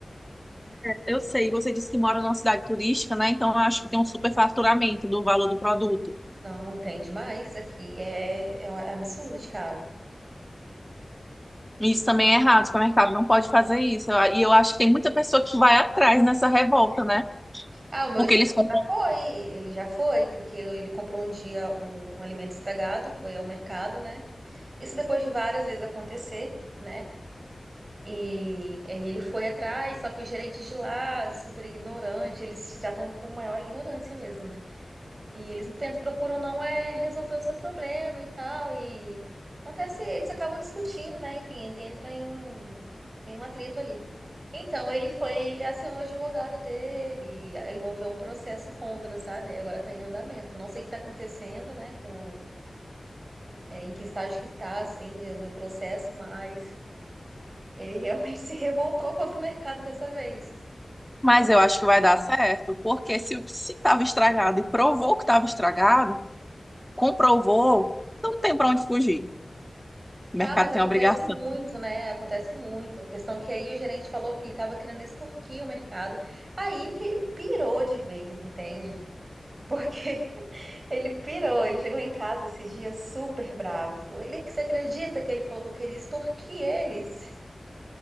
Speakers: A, in the centre; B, on the right.
A: Eu sei, você disse que mora numa cidade turística, né? Então eu acho que tem um superfaturamento do valor do produto.
B: Não tem demais aqui, é, é um absurdo de caro.
A: E Isso também é errado, o supermercado não pode fazer isso. Eu- E eu acho que tem muita pessoa que vai atrás nessa revolta, né?
B: Ah, o meu
A: Porque
B: esposo
A: eles compram
B: já foi, ele já foi, porque ele comprou um dia um, um alimento estragado, foi ao mercado, né? Isso depois de várias vezes acontecer, né? E, aí ele foi atrás, só que os gerentes de lá, super ignorante, eles se tratam com maior ignorância mesmo, né? E eles tentam, procuram não é resolver o seu problema e tal. E acontece, eles acabam discutindo, né? Enfim, entra em um, em um atrito ali. Então, ele foi, acionou o advogado dele, aí moveu um processo contra, sabe? Aí Agora tá em andamento. Não sei o que tá acontecendo, né? Com, é, em que estágio que tá, assim, de- do processo, mas ele realmente <laughs> se revoltou contra o mercado dessa vez,
A: Mas eu acho que vai dar certo, porque se se estava estragado e provou que estava estragado, comprovou, então não tem para onde fugir. O
B: Ah,
A: mercado
B: mas acontece
A: tem obrigação.
B: muito, né? Acontece muito. A questão que aí o gerente falou que ele estava querendo extorquir o mercado. Aí que ele pirou de vez, entende? Porque <laughs> ele pirou, ele chegou em casa esse dia super bravo. e Falou, ele que você acredita que ele falou que eu queria extorquir eles?